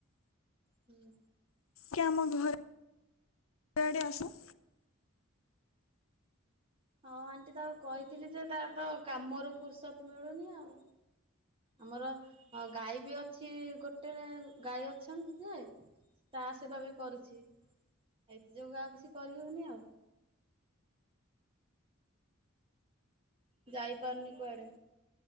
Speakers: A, on the right; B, on the left.
A: ହୁଁ।
B: କି ଆମ ଘରେ ଆଡେ ଆସ।
A: ହଉ ଆଣ୍ଟି ତାକୁ କହିଥିଲି ଯେ ତାରତ କାମରୁ ଫୁର୍ସତ ମିଳୁନି ଆଉ। ଆମର ଗାଈ ବି ଅଛି ଗୋଟେ ଗାଈ ଅଛନ୍ତି ଯେ ତା ସେବା ବି କରୁଛି ହେଇଥି ଯୋଗୁ ଆଉ କିଛି କରିହଉନି ଆଉ। ଯାଇପାରୁନି କୁଆଡେ